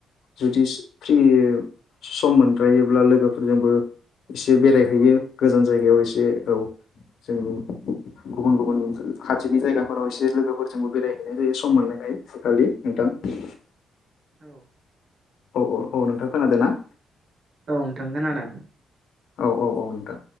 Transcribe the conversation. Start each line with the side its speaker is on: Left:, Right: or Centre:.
Left: जुदि फ्रि सम मोनद्रायोब्ला लोगोफोरजोंबो एसे बेरायहैयो गोजान जायगायाव एसे औ जोंनि गुबुन गुबुन खाथिनि जायगाफोराव एसे लोगोफोरजोंबो बेरायहैनाय जायो सम मोननायखाय बेखालि नोंथां। <unintelligible>
Right: औ।
Left: औ औ, औ नोंथां खोनादों ना?
Right: औ नोंथां खोनादों।
Left: औ औ औ नोंथां,